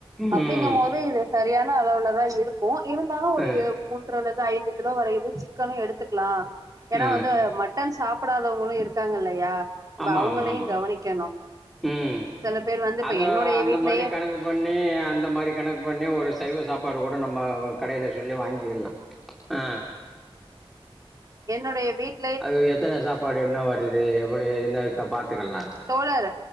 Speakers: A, on the right; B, in the centre.
A: அப்டிங்கமோது
B: ம்
A: இது சரியான அளவுலதா இருக்கு இருந்தாலு ஒரு
B: ஆ
A: மூ ன்று அல்லது ஐந்து கிலோ வரையிது சிக்கனு எடுத்துக்லா ஏனா
B: ஆ
A: வந்து ம ட்டன் சாப்பிடாதவங்களு இருக்காங்க இல்லையா இப்ப
B: ஆமா
A: அவங்களையு
B: ஆமா ஆமா
A: கவனிக்கணு
B: ம்
A: சில பேர் வந்து இப்ப
B: அது
A: என்னுடைய
B: அந்த
A: வீட்லயே
B: மாரி கணக்கு பண்ணி அந்த மாரி கணக்கு பண்ணி ஒரு சைவ சாப்பாடு கூட நம்ம வ கடைல சொல்லி வாங்கிக்கலா ஆ
A: என்னுடைய வீட்
B: அது எத்தன சாப்பாடு என்ன வருது எப்படி எதுனா இருக்க பாத்துக்கலா
A: தோழர்